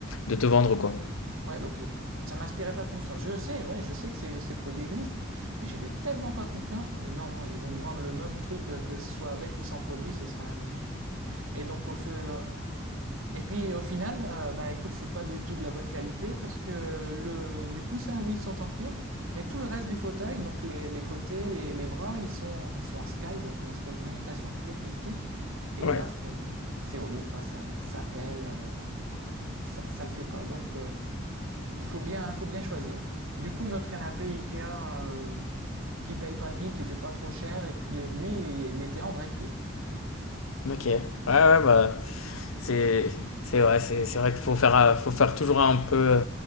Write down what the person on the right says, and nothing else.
Ouais, donc euh, ça m'inspirait pas confiance. Je sais, ouais, je sais que ces, ces produits existent, mais j'avais tellement pas confiance, je me dis non, non, ils vont me vendre le même truc euh, que ce soit avec ou sans produit, ce sera la même chose. Et donc au feu. Et puis au final, euh, bah écoute, c'est pas du tout de la bonne qualité parce que le, les coussins, oui, sont en cuir, mais tout le reste du fauteuil, donc les, les côtés, les, les bras, ils sont, ils sont en sky, donc une espèce d'imitation cuir plastique. Et
là, c'est, c'est horrible, quoi. Ça, ça pèle, euh, ça, ça le fait pas. Donc, euh, il faut bien, faut bien choisir. Du coup, notre canapé Ikea, euh, qui paye pas de mine, qui était pas trop cher et qui, lui, il était en vrai cuir.